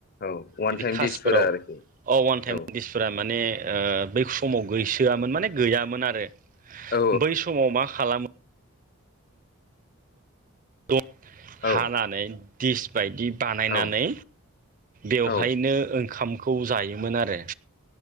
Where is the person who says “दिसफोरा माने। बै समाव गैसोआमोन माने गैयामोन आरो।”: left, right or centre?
Right